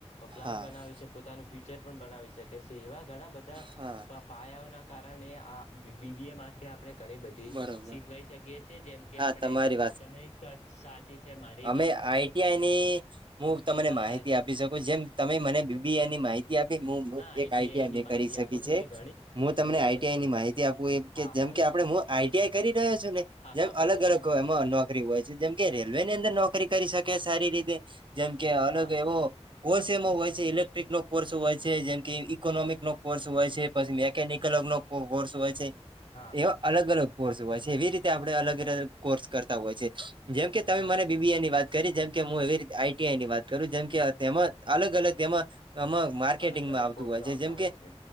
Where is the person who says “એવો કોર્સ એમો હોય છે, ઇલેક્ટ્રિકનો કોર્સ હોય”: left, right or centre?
Right